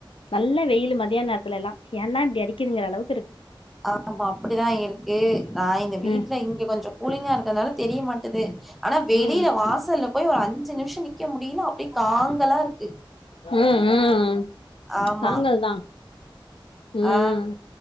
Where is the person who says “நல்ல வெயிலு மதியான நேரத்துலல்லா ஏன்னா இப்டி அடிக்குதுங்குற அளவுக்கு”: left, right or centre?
Left